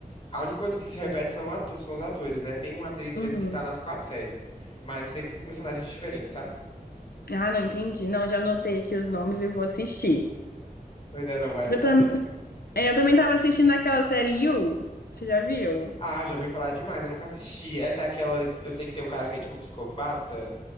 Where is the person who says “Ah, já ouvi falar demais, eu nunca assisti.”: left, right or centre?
Left